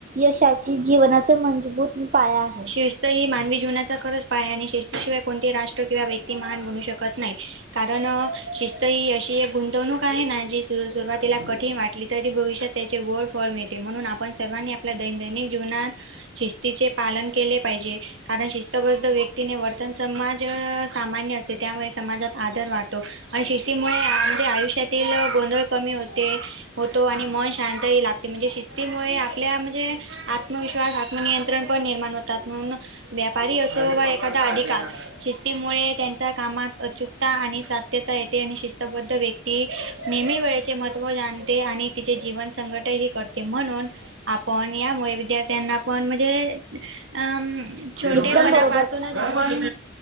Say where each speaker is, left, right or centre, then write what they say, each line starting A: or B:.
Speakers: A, on the right; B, on the right.
A: यशाची जीवनाचा मजबूत पाय आहे
B: शिस्त ही मानवी जीवनाचा खरंच पाय आणि शिस्तशिवाय कोणते राष्ट्र किंवा व्यक्ती महान बनू शकत नाही कारण शिस्त ही अशी एक गुंतवणूक आहे ना ज सुरुवातीला कठीण वाटली तरी भविष्यात त्याचे गोड फळ मिळते म्हणून आपण सर्वांनी आपल्या दैननिक जीवनात शिस्तीचे पालन केले पाहिजे कारण शिस्तबद्ध व्यक्तीने वर्तन समाज सामान्य असते त्यामुळे समाजात आदर वाटतो आणि शिस्तीमुळे आमच्या आयुष्यातील गोंधळ कमी होत होतो आणि मन शांत लागते म्हणजे शिस्तीमुळे आपल्या म्हणजे आत्मविश्वास मग नियंत्रण पण निर्माण होतात म्हणून व्यापारी असो वा एखादा अधिकार शिस्तीमुळे त्यांच्या कामात अचूक आणि सात्यता येते आणि शिस्तबद्ध व्यक्ती नेहमी वेळेचे महत्व जाणते आणि तिचे जीवन संकट ह करते म्हणून आपण यामुळे विद्यार्थ्यांना पण म्हणजे अम छोटेपणापासूनच
A: एकदम बरोबर
B: आपण